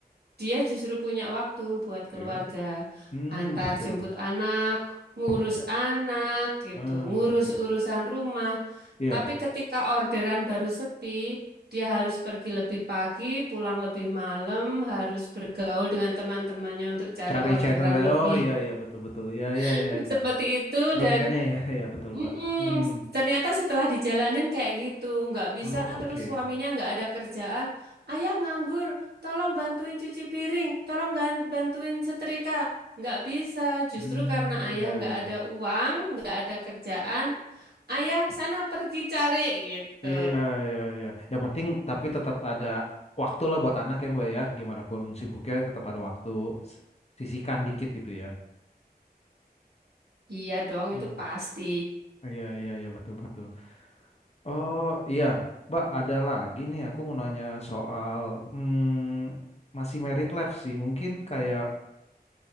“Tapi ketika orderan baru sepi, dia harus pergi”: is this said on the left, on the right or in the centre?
Right